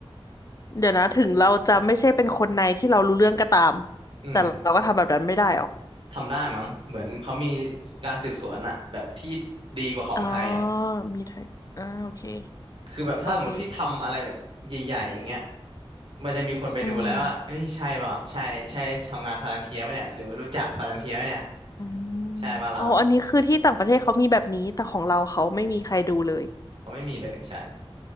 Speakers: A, on the left; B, on the right.
A: เดี๋ยวนะถึงเราจะไม่ใช่เป็นคนในที่เรารู้เรื่องก็ตาม
B: อืม
A: แต่เราก็ทำแบบนั้นไม่ได้หรอ
B: ทำได้มั้งเหมือนเขามีการสืบสวนอะแบบที่ดีกว่าของไทยอะ
A: อ๋อ มีไทยอ่าโอเค
B: คือแบบถ้าสมมติพี่ทำอะไรแบบใหญ่ๆอย่างเงี้ย
A: โอเค
B: มันจะมีคนไปดูแล้วว่าเอ้ยใช่ป่ะใช่ใช่ทำงานพาลันเทียไหมเนี่ยหรือว่ารู้จักพาลันเทียไหมเนี่ย
A: อืมอืม
B: ใช่ป่ะเรา
A: อ๋ออันนี้คือที่ต่างประเทศเขามีแบบนี้แต่ของเราเขาไม่มีใครดูเลย
B: เขาไม่มีเลยใช่